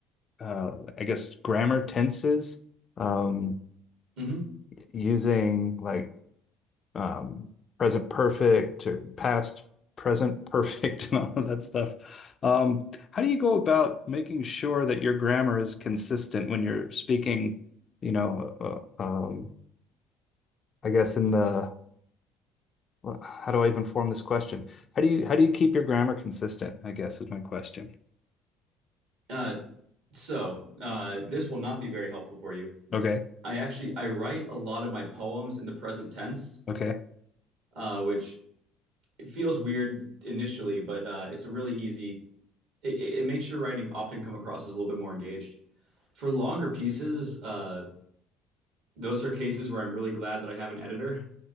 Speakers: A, on the left; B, on the right.
A: uh, I guess grammar tenses, um,
B: mhm.
A: using like um, present perfect or past present perfect <laughs> and all of that stuff. Um, how do you go about making sure that your grammar is consistent when you're speaking, you know, uh, um, I guess in the, well, how do I even form this question? How do you how do you keep your grammar consistent? I guess is my question.
B: Uh, so uh, this will not be very helpful for you.
A: Okay.
B: I actually I write a lot of my poems in the present tense,
A: Okay.
B: uh, which feels weird initially, but uh, it's a really easy. It, it it makes your writing often come across as a little bit more engaged. For longer pieces, uh, those are cases where I'm really glad that I have an editor